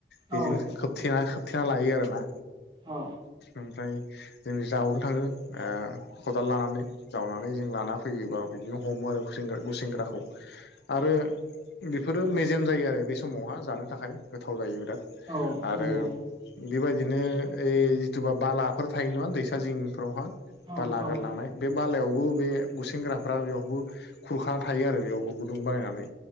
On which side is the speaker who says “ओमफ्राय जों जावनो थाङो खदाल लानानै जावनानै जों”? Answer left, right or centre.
Left